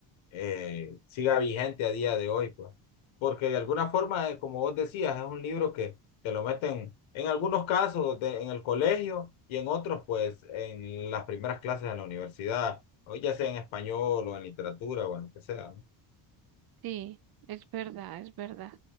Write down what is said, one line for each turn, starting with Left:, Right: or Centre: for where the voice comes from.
Left: eh, siga vigente a día de hoy, pues. Porque de alguna forma, eh, como vos decías, es un libro que te lo meten en algunos casos de- en el colegio y en otros, pues, en las primeras clases en la universidad, o ya sea en español o en literatura o en lo que sea,
Right: Sí, es verdad, es verdad.